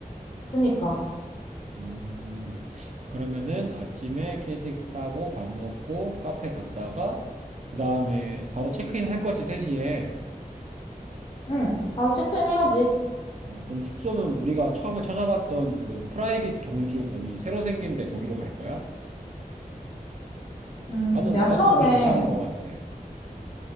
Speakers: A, on the left (about 40°); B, on the right (about 50°).
A: 그러니까.
B: 음, 그러면은 아침에 KTX 타고 밥 먹고 카페 갔다가 그 다음에 바로 체크인 할 거지 3시에.
A: 응, 바로 체크인 해야지.
B: 어, 그럼 숙소는 우리가 처음에 찾아봤던 그 프라이빗 경주 거기 새로 생긴 데 거기로 갈 거야?
A: 음,
B: 나는
A: 내가
B: 나는
A: 처음에,
B: 거기 괜찮은 것 같아.